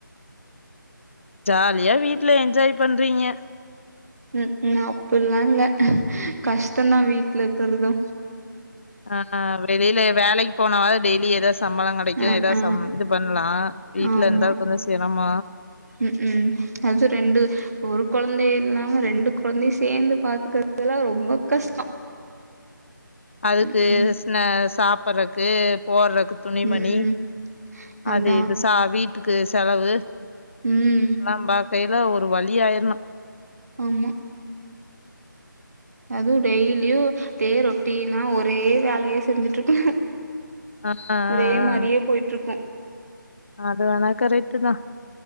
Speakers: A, on the left; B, on the right.
A: ஜாலியா வீட்ல என்ஜாய் பண்றீங்க
B: ம் ம் அப்புட்லா இல்ல கஷ்டந்தா வீட்ல இக்கிறது
A: ஆ ஆ வெளில வேலைக்கு போனாவாது டெய்லி எதோ சம்பளம் கெட் டைக்கு
B: அ
A: எதா
B: ஆ
A: சம் இது பண்லா வீட்ல
B: ஆமா
A: இருந்தாலு கொஞ்ச சிரம
B: ம் ம் அது ரெண்டு ஒரு கொழந்தயே இல்லாம ரெண்டு கொழந்தையு சேந்து பாத்துக்கிறததெல்லா ரொம்ப கஷ்டோ
A: அதுக்கு
B: ம் ம்
A: ஸ்னா சாப்பிட்றக்கு போட்றக்கு துணிமணி
B: ம்
A: அது
B: அதா
A: இது சா வீட்டுக்கு செலவு
B: ம்
A: எல்லா பாக்கையில ஒரு வழி ஆயிர்ணு
B: ஆமா அதுவு டெய்லியு அதே ரொட்டீனா ஒரே வேலையே செஞ்சுட்டுருக்க
A: ஆ, ஆ,
B: ஒரே
A: ஆ.
B: மாரியே போயிட்டுருக்கு
A: அது வேணா கரெக்ட்டு தா